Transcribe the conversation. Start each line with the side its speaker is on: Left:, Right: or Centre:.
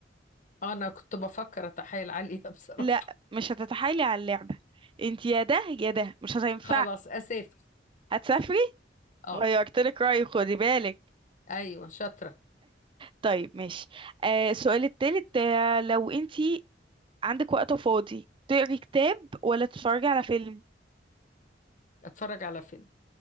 Left: انا كنت بفكر اتحايل عليها <laughs> بصراحة
Right: لا مش هتتحايلي على اللعبة انتي يا ده يا ده مش هتنفع
Left: خلاص اسافر
Right: هتسافري
Left: اه
Right: غيرتلك رأيي خدي بالك
Left: ايوه شاطرة
Right: طيب ماشي آه السؤال التالت آه لو انت عندك وقت فاضي تقري كتاب ولا تتفرجي على فيلم
Left: اتفرج على فيلم